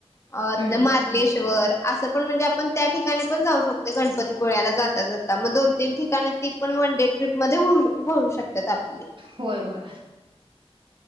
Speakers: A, on the left; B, on the right.
A: आ
B: हम्म
A: त मा लेश्वर असं पण म्हणजे आपण त्या ठिकाणी पण जाऊ शकतो गणपतीपोळ्याला जाता जाता मग दोन-तीन ठिकाणी ती पण वन डे ट्रीप म हो होऊ शकतात आपली.
B: होय होय.